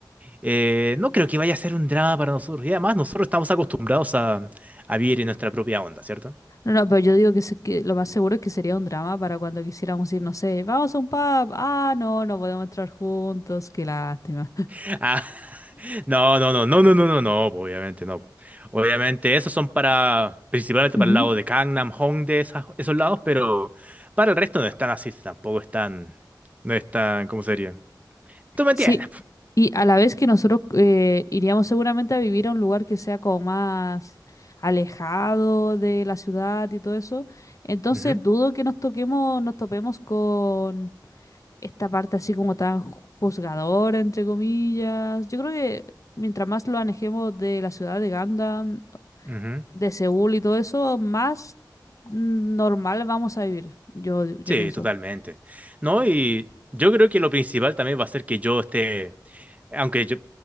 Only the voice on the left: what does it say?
No, no, pero yo digo que, se- que lo más seguro es que sería un drama para cuando quisiéramos ir, no sé, vamos a un pub, ah, no, no podemos entrar juntos, qué lástima.
Ujú.
Sí,
y a la vez que nosotros eh, iríamos seguramente a vivir a un lugar que sea como más alejado de la ciudad y todo eso, entonces
dudo que nos toquemos, nos topemos con esta parte así como tan juzgadora, entre comillas. Yo creo que mientras más lo alejemos de la ciudad de Gandam,
de Seúl y todo eso, más mm, normal vamos a vivir, yo, yo
pienso.